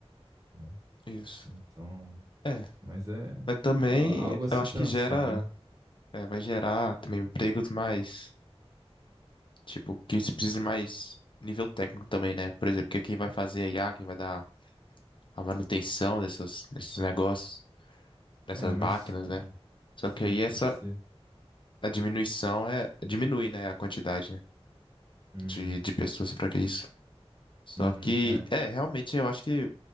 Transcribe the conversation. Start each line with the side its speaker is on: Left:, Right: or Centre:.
Right: né?
Left: isso.
Right: Então,
Left: É,
Right: mas é
Left: mas também
Right: a- algo a se
Left: eu acho
Right: pensar,
Left: que gera,
Right: né?
Left: é, vai gerar também empregos mais, tipo, que se precisa de mais nível técnico também, né? Por exemplo, que quem vai fazer IA, quem vai dar a manutenção dessas, desses negócios, dessas
Right: É, mas
Left: máquinas,
Right: é,
Left: né? Só
Right: sim,
Left: que aí
Right: pode
Left: essa
Right: ser.
Left: a diminuição é diminui, né, a quantidade, né,
Right: Uhum.
Left: de, de pessoas para que isso. Só
Right: Uhum.
Left: que
Right: É,
Left: é, realmente eu acho que